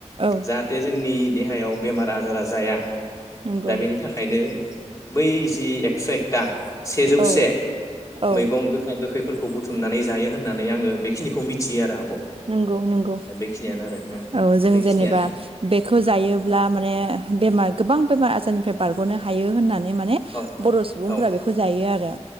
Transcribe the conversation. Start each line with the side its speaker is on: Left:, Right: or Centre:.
Right: औ
Left: जाहाथे जोंनि देहायाव बेमार आजारा जाया।
Right: नंगौ
Left: दा बेनि थाखायनो। बै जि एकस' एकता। सेजौसे
Right: औ औ
Left: मैगं गोखा गोखैफोरखौ बुथुमनानै जायो होननानै आङो बेखिनिखौ मिथियो आरो आब'।
Right: नोंगौ नोंगौ
Left: दा बेखिनियानो आरो ओं
Right: औ
Left: दा
Right: जों
Left: बेखिनियानो
Right: जेनेबा बेखौ जायोब्ला माने बेमार गोबां बेमार आज ओंफ्राय बारग'नो हाय थायो होननानो नै माने
Left: ओं
Right: बर' सुबुंफोरा
Left: औ
Right: बेखौ जायो आरो